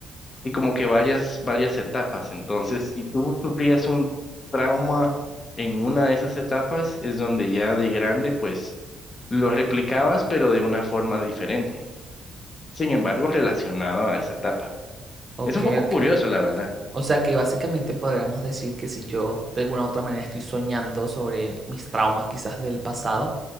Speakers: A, on the left; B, on the right.
A: y como que varias, varias etapas. Entonces, si tú sufrías un trauma en una de esas etapas, es donde ya de grande, pues lo replicabas, pero de una forma diferente. Sin embargo, relacionado a esa etapa.
B: Ok,
A: Es un poco
B: ok.
A: curioso, la verdad.
B: O sea que básicamente podríamos decir que si yo de alguna u otra manera estoy soñando sobre mis traumas quizás del pasado,